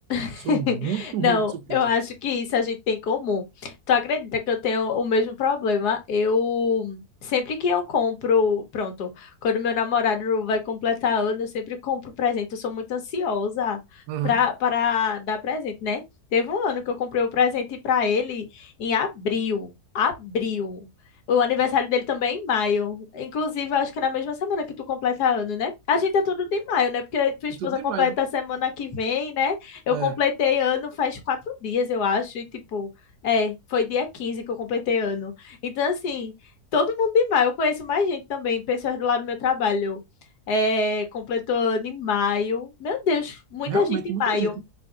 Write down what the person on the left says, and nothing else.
<laughs>
Não,
eu acho que isso a gente tem em comum. Tu acredita que eu tenho o mesmo problema? Eu sempre que eu compro, pronto, quando meu namorado vai completar ano, eu sempre compro presente. Eu sou muito ansiosa
pra, para dar presente, né? Teve um ano que eu comprei o presente pra ele em abril. Abril. O aniversário dele também é em maio. Inclusive, eu acho que é na mesma semana que tu completa ano, né? A gente é tudo de maio, né? Porque tua
esposa
completa
a semana que vem, né? Eu
completei ano faz quatro dias, eu acho, e tipo, é, foi dia 15 que eu completei ano. Então, assim, todo mundo em maio, eu conheço mais gente também, pessoas do lado do meu trabalho. É, completou ano em maio. Meu Deus, muita
gente em
maio.